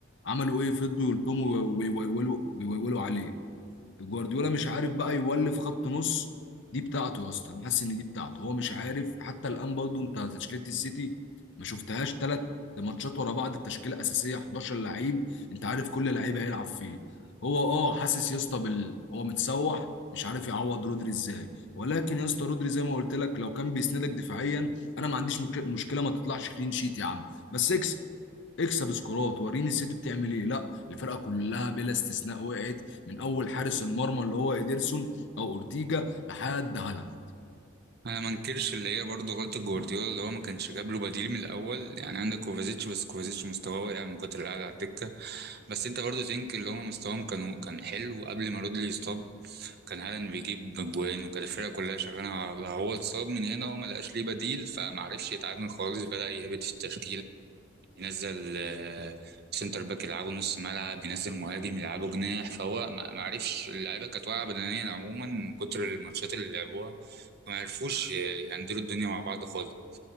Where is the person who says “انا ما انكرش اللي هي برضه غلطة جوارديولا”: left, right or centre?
Right